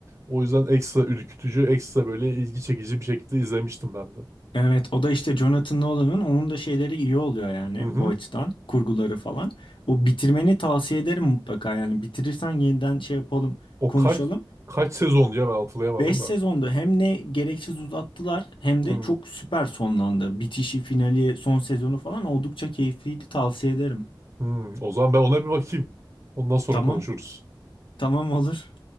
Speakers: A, on the right; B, on the left.
A: O yüzden ekstra ürkütücü, ekstra böyle ilgi çekici bir şekilde izlemiştim ben de.
B: Evet o da işte Jonathan Nolan'ın onun da şeyleri iyi oluyor yani
A: Hı hı.
B: bu açıdan kurguları falan. O bitirmeni tavsiye ederim mutlaka yani bitirirsen yeniden şey yapalım
A: O
B: konuşalım.
A: kaç kaç sezon diye ben hatırlayamadım
B: 5 sezonda
A: da.
B: hem ne gereksiz uzattılar hem
A: Hı,
B: de çok süper sonlandı. Bitişi, finali, son sezonu falan oldukça keyifliydi tavsiye ederim.
A: hı. O zaman ben ona bir bakayım. Ondan sonra
B: Tamam
A: konuşuruz.
B: tamam olur.